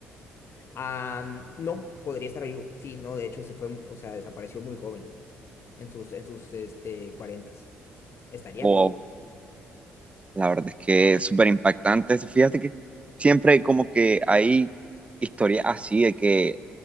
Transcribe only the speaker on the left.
Ah, no, podría estar vivo. Sí, no, de hecho se fue, o sea, desapareció muy joven, en sus, en sus, este, cuarentas. Estaría
vivo hoy.